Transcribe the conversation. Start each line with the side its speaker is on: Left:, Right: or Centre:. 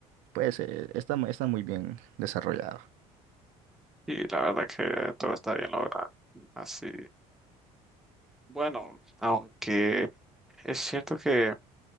Right: pues, eh, está, mu- está muy bien desarrollado.
Centre: Y la verdad que todo está bien logrado. Así. Bueno, aunque es cierto que